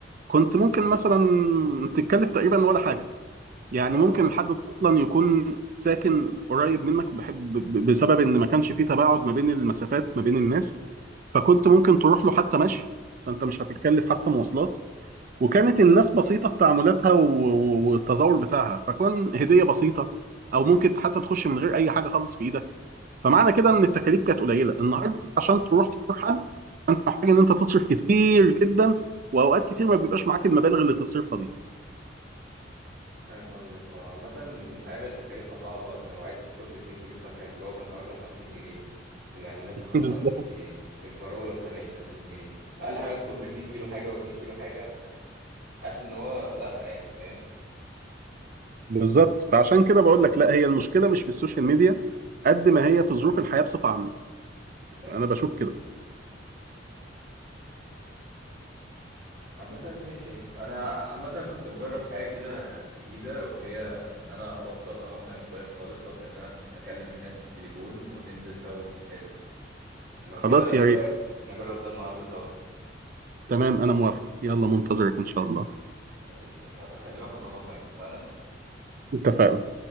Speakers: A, on the right (about 45°); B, on the right (about 65°).
A: كنت ممكن مثلا تتكلف تقريبا ولا حاجه يعني
B: اه
A: ممكن الحد ده اصلا يكون ساكن قريب منك بحب ب- بسبب ان ما كانش فيه تباعد ما بين المسافات ما بين الناس فكنت ممكن تروح له حتى مشي فانت مش هتتكلف حتى مواصلات وكانت الناس بسيطة في تعاملاتها و- و- والتظاهر بتاعها فكون هدية بسيطة أو ممكن حتى تخش من غير أي حاجة خالص في إيدك فمعنى كده إن التكاليف كانت قليلة النهاردة أنت عشان تروح تزور حد أنت محتاج إن أنت تصرف كتير جدا وأوقات كتير ما بيبقاش معاك المبالغ اللي تصرفها دي
B: فاهم قصدك اه عامة الحياة بقت تكاليفها صعبة انت لو عايز تدخل باتنين كيلو فاكهة الجوافة النهاردة بخمسين جنيه الأناناس
A: <laughs>
B: بخمسة
A: بالظبط
B: وعشرين جنيه الفراولة بسبعين تمانين جنيه أقل حاجة تدخل باتنين كيلو حاجة واتنين كيلو حاجة حاسس ان هو لا يعني فاهم
A: بالظبط فعشان كده بقول لك لا هي المشكلة مش في السوشيال ميديا قد ما هي في ظروف الحياة بصفة عامة
B: فاهم
A: أنا
B: قصدك
A: بشوف كده
B: اه عامة ماشي انا عامة كنت بجرب حاجة كده جديدة وهي ان انا ابطل او امنع الموبايل خالص وابدا ان انا اكلم الناس في التليفون وننزل سوا ونتقابل لو
A: خلاص
B: كده ايه
A: يا ريت
B: رأيك نجرب ده النهاردة سوا
A: تمام أنا موافق يلا منتظرك إن شاء الله
B: طيب ماشي هبقى اكلمك واظبط معاك اتفقنا
A: اتفقنا